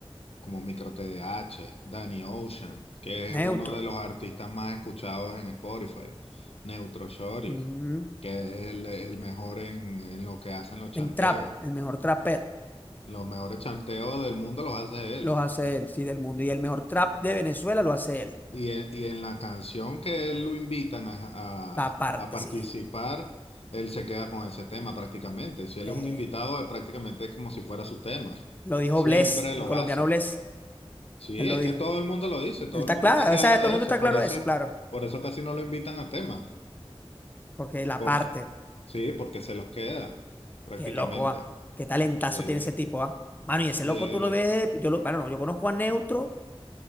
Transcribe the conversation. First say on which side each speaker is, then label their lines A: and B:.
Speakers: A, on the left; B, on the left.
A: como Micro TDH, Danny Ocean, que
B: Neutro.
A: es uno de los artistas más escuchados en Spotify, Neutro Shorty,
B: Mm.
A: que es el, el mejor en, en lo que hacen los chanteos.
B: En trap, el mejor trapper
A: Los mejores chanteos del mundo los hace él.
B: los hace él, sí, del mundo. Y el mejor trap de Venezuela lo hace él.
A: Y en, y en la canción que él lo invitan a,
B: La
A: a-
B: parte,
A: a participar,
B: sí.
A: él se queda con ese tema prácticamente. Si él
B: Eh,
A: es un invitado, es prácticamente como si fuera su tema.
B: lo dijo
A: Siempre
B: Bless, el
A: lo
B: colombiano
A: hace.
B: Bless.
A: Sí,
B: Él
A: es
B: lo dijo.
A: que todo el mundo lo dice, todo
B: Él está
A: el mundo
B: claro.
A: está claro
B: O sea, todo
A: de
B: el mundo
A: eso,
B: está claro
A: por eso,
B: de eso, claro.
A: por eso casi no lo invitan a temas,
B: Porque la
A: porque
B: parte,
A: sí, porque se los queda prácticamente
B: qué loco, va. Qué talentazo
A: eh,
B: tiene ese tipo, va. Mano, y ese
A: eh,
B: loco tú lo ves, de- yo lo, bueno, no, yo conozco a Neutro